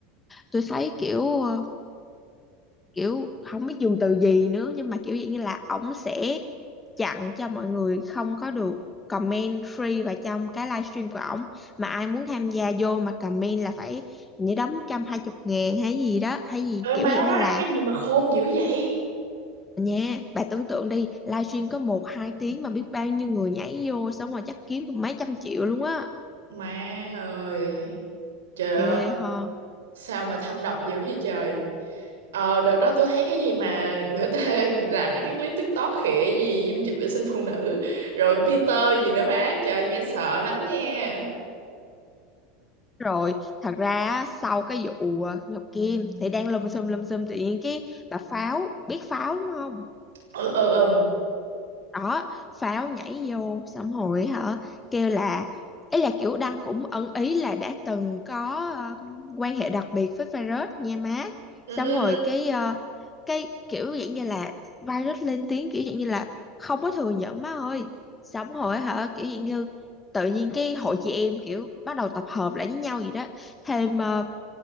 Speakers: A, on the left; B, on the right.
A: tôi thấy kiểu ờ, kiểu không biết dùng từ gì nữa nhưng mà kiểu dạng như là ổng sẽ chặn cho mọi người không có được comment free vào trong cái livestream của ổng mà ai muốn tham gia vô mà comment là phải như đóng trăm hai chục ngàn hay gì đó hay gì
B: trời ơi,
A: kiểu
B: má
A: dạng
B: đó
A: như
B: ăn
A: là
B: cái gì mà khôn dữ vậy
A: nha bà tưởng tượng đi livestream có một hai tiếng mà biết bao nhiêu người nhảy vô xong rồi chắc kiếm được mấy trăm triệu luôn á
B: má ơi trời ơi
A: ghê ho
B: sao mà thâm độc dữ vậy trời Ờ đợt đó tôi thấy cái gì mà người ta <laughs> làm mấy cái clip TikTok khịa gì dung dịch vệ sinh phụ nữ rồi Peter gì nữa má trời nghe sợ lắm nha
A: rồi thật ra á, sau cái vụ à, Ngọc Kim thì đang lùm xùm lùm xùm tự nhiên cái bà Pháo biết Pháo đúng không
B: ừ ừ ừ
A: đó pháo nhảy vô xong hồi hả kêu là ấy là kiểu Đăng cũng ẩn ý là đã từng có ờ, quan hệ đặc biệt với virus nha má
B: ừ
A: xong
B: ừ
A: rồi cái ờ, cái kiểu dạng như là virus lên tiếng kiểu dạng như là không có thừa nhận má ơi xong rồi hả kiểu dạng như tự nhiên cái hội chị em kiểu bắt đầu tập hợp lại với nhau gì đó thêm ờ,